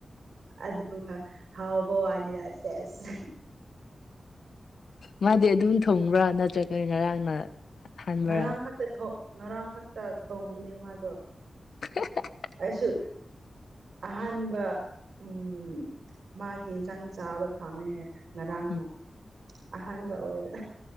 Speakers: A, on the right; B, on the left.
A: ꯑꯗꯨꯒ ꯍꯥꯎꯕ ꯋꯥꯅꯤꯅꯥ ꯁꯦꯁ
B: ꯃꯥꯗꯤ ꯑꯗꯨꯝ ꯊꯣꯡꯕ꯭ꯔꯥ ꯅꯠꯇ꯭ꯔꯒ ꯉꯔꯥꯡꯅ ꯑꯍꯥꯟꯕꯔꯥ
A: ꯉꯔꯥꯡ ꯈꯛꯇ ꯊꯣꯛ ꯉꯔꯥꯡ ꯈꯛꯇ ꯊꯣꯡꯕꯅꯦ ꯃꯥꯗꯣ
B: <unintelligible>
A: ꯑꯩꯁꯨ ꯑꯍꯥꯟꯕ ꯎꯝ ꯃꯥꯒꯤ ꯍꯤꯟꯖꯥꯡ ꯆꯥꯕ ꯐꯪꯉꯦꯍꯦ ꯉꯔꯥꯡꯅ
B: ꯎꯝ
A: ꯑꯍꯥꯟꯕ ꯑꯣꯏꯅ